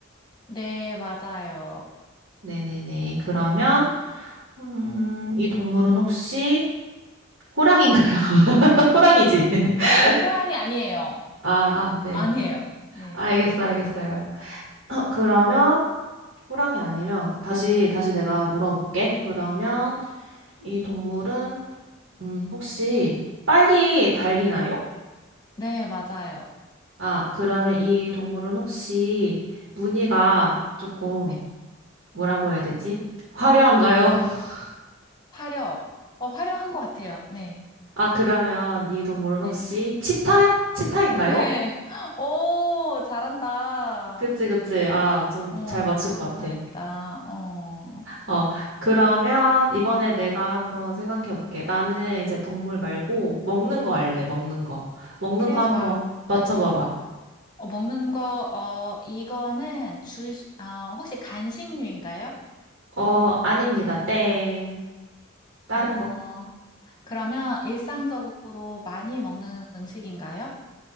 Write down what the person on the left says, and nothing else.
네, 맞아요.
어, 호랑이 아니에요.
아니에요. 네.
네, 맞아요.
네.
화려. 어, 화려한 것 같아요. 네.
네.
네. <laughs> 오, 잘한다.
어,
잘했다.
어.
음.
그래,
좋아.
어, 먹는 거, 어, 이거는 주, 어, 혹시 간식류인가요?
어,
그러면 일상적으로 많이 먹는 음식인가요?